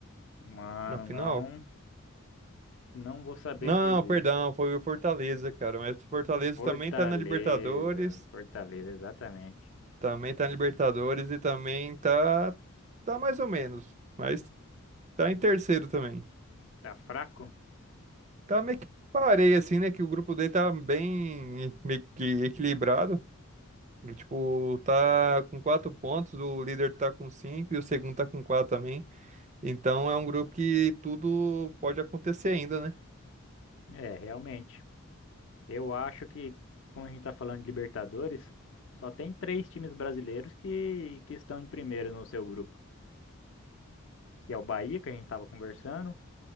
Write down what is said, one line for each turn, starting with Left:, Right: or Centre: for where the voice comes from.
Left: Mano,
Right: na final?
Left: não, não vou saber
Right: Não,
Left: te dizer.
Right: não, perdão, foi o Fortaleza, cara. Mas o Fortaleza
Left: Fortaleza,
Right: também tá na Libertadores,
Left: Fortaleza, exatamente.
Right: também tá na Libertadores e também tá, tá mais ou menos, mas tá em terceiro também.
Left: Tá fraco?
Right: Tá meio que parei, assim, né? Que o grupo dele tá bem meio que equilibrado. E, Tipo, tá com quatro pontos, o líder tá com cinco e o segundo tá com quatro também. Então é um grupo que tudo pode acontecer ainda, né?
Left: É, realmente. Eu acho que, como a gente está falando de Libertadores, só tem três times brasileiros que, que estão em primeiro no seu grupo, que é o Bahia, que a gente estava conversando,